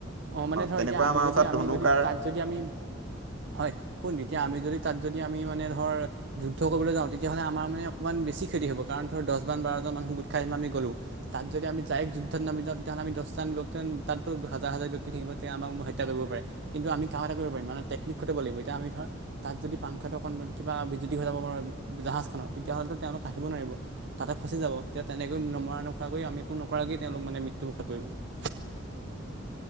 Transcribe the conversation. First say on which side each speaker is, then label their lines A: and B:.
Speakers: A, on the right (about 60°); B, on the right (about 80°).
A: অ মানে ধৰ
B: তেনেকুৱা
A: এতিয়া আমি
B: আমাৰ
A: যদি
B: ওচৰত
A: আমি
B: ধনুকাৰ
A: যদি তাত যদি আমি হয়। শুন এতিয়া আমি যদি তাত যদি আমি মানে ধৰ। যুদ্ধ কৰিবলৈ যাওঁ তেতিয়াহলে আমাৰ মানে অকণমান বেছি ক্ষতি হ'ব কাৰণ ধৰ দহজন বাৰজন মানু গোট খাই আমি গ'লো। তাত যদি আমি যায়ক যুদ্ধৰ নামি যাও। তাত আমি দজন ব্যক্ত তাতো হাজাৰ হাজাৰ ব্যক্তি থাকিব তেতিয়া আমাক হত্যা কৰিব পাৰে। কিন্তু আমি কাম এটা কৰিব পাৰিম মানে টেকনিক খটিব লাগিব এতি আমি ধৰ। তাত যদি পাংখটো অকণ কিবা বিজ্যুতি হৈ যাব প জাহাজ খনৰ তেতিয়াাহ'লে তেওঁলোক আহিব নোৱাৰিব। তাতে ফচি যাব তেতিয়া তেনেকৈ নমৰা নোখৰা কৰি আমি একো নকৰাক তেওঁলোক মানে মৃত্যু মুখত পৰিব।